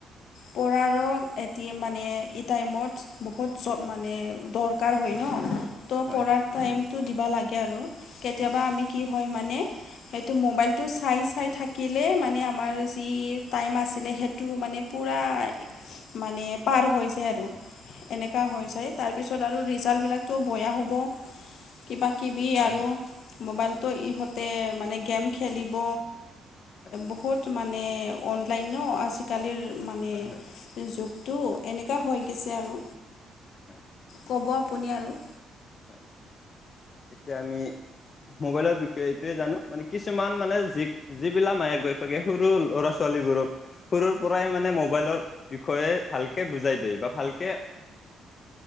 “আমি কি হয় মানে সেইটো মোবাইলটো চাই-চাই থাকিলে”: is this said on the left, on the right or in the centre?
Left